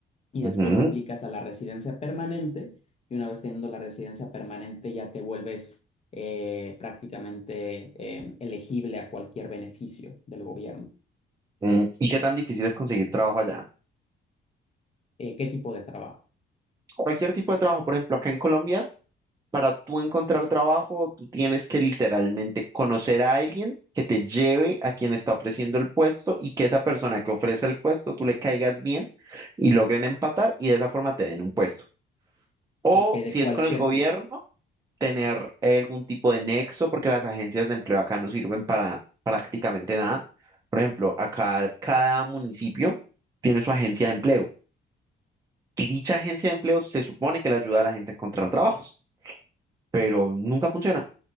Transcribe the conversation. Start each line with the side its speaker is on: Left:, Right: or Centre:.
Left: y
Right: Ujú.
Left: después aplicas a la residencia permanente y una vez teniendo la residencia permanente ya te vuelves eh, prácticamente eh, elegible a cualquier beneficio del gobierno.
Right: Mm, ¿Y qué tan difícil es conseguir trabajo allá?
Left: Eh, ¿qué tipo de trabajo?
Right: Cualquier tipo de trabajo, por ejemplo, acá en Colombia. para tú encontrar trabajo, tú tienes que literalmente conocer a alguien que te lleve a quien está ofreciendo el puesto y que esa persona que ofrece el puesto, tú le caigas bien y logren empatar y de esa forma te den un puesto. O
Left: Eh,
Right: si
Left: de cualquier
Right: es con el gobierno,
Left: tipo.
Right: tener algún tipo de nexo porque las agencias de empleo acá no sirven para prácticamente nada. Por ejemplo, acá cada municipio tiene su agencia de empleo y dicha agencia de empleo se supone que le ayuda a la gente a encontrar trabajos, pero nunca funciona.